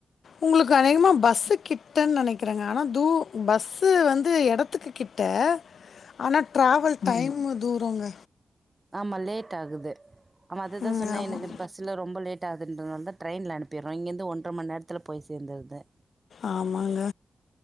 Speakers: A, on the left; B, on the right.
A: உங்களுக்கு அநேகமா பஸ்சுக் கிட்டன்னு நெனைக்கிறேங்க ஆனா தூ பஸ்ஸு வந்து எடத்துக்கு கிட்ட ஆனா ட்ரவல் டைமு தூரங்க
B: ஆமா லேட்டாகுது ஆமா அதுதா
A: ம்
B: சொன்னே
A: ஆமாம்
B: எனக்கு பஸ்ல ரொம்ப லேட் ஆகுதுன்றதுனால தா ட்ரெயின்ல அனுப்பிர்றோ இங்கருந்து ஒன்ட்ற மண் நேரத்துல போய் சேந்திருது
A: ஆமாங்க